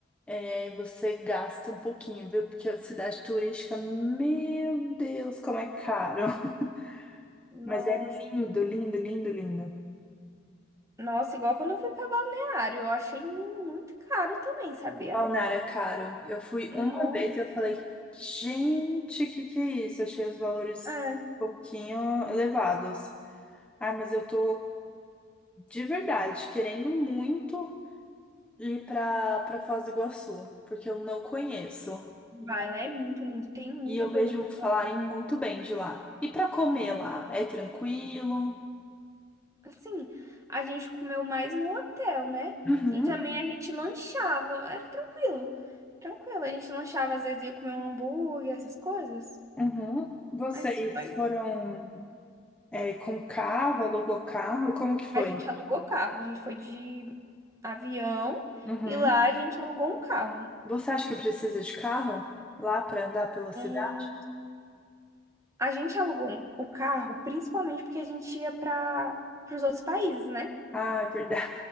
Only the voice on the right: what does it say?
Ai, que caro.
Nossa.
Nossa, igual quando eu fui pra Balneário, eu achei muito caro também, sabia?
Nossa.
É.
Vai, lá é muito lindo, tem muita
coisa
pra
Assim, a gente comeu mais no hotel, né?
E também a gente lanchava, era tranquilo. Tranquilo, a gente lanchava, às vezes ia comer um hambúrguer, essas coisas.
Mas foi-
a gente alugou carro, a gente foi de avião
e lá a gente alugou um carro.
Hum, a gente alugou o carro principalmente porque a gente ia para os outros países, né?